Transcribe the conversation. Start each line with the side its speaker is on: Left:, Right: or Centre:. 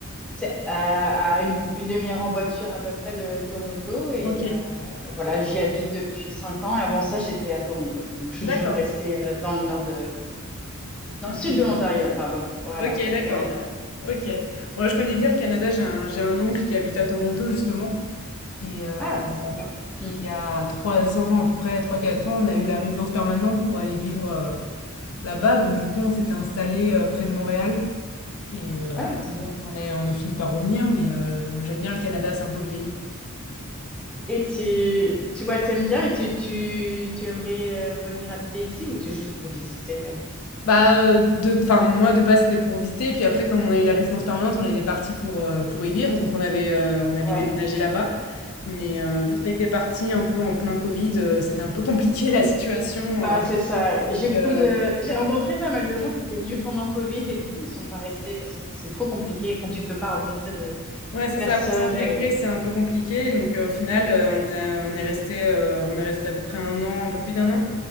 Centre: C'est euh, à une, une demi-heure en voiture à peu près de Toronto et
Left: ok,
Centre: euh, voilà, j'y habite depuis cinq ans. Et avant ça, j'étais à Toronto, donc je suis
Left: d'accord.
Centre: toujours restée euh, dans le nord de, dans
Left: Du
Centre: le sud
Left: Canada.
Centre: de l'Ontario, pardon, voilà,
Left: Ok, d'accord.
Centre: au Canada.
Left: Ok. Moi, je connais bien le Canada. J'ai un, j'ai un oncle qui habite à Toronto, justement. Et euh,
Centre: Ah, sympa. Hmm.
Left: il y a trois ans, à peu près trois quatre ans, on a eu la résidence permanente pour aller vivre euh, là-bas. Donc, du coup, on s'était installé euh, près de Montréal. Et euh,
Centre: Ah, c'est bien.
Left: on est, on est fini par revenir, mais euh, j'aime bien le Canada, c'est un beau pays.
Centre: Et tu, tu vois, t'aimes bien et tu, tu, tu aimerais euh, venir habiter ici ou c'est juste pour visiter? euh
Left: Bah, euh, de, enfin, moi de base c'était pour visiter, et puis après, comme on a eu la résidence permanente, on était parti pour, euh, pour y vivre, donc on avait, euh, on avait
Centre: Ouais.
Left: déménagé là-bas. Mais euh, vu qu'on était parti un peu en plein Covid, euh, c'était un peu compliqué la situation.
Centre: Bah,
Left: euh,
Centre: c'est ça.
Left: donc,
Centre: J'ai beaucoup
Left: euh,
Centre: de, j'ai rencontré pas mal de gens qui étaient venus pendant Covid et du coup, ils sont pas restés parce que c'est trop compliqué quand tu peux pas rencontrer de
Left: ouais, c'est
Centre: personnes.
Left: ça, pour s'intégrer,
Centre: et-
Left: c'est un peu compliqué. Donc, euh, au final, euh,
Centre: ouais.
Left: on a- on est resté, euh, on est resté à peu près un an, un peu plus d'un an,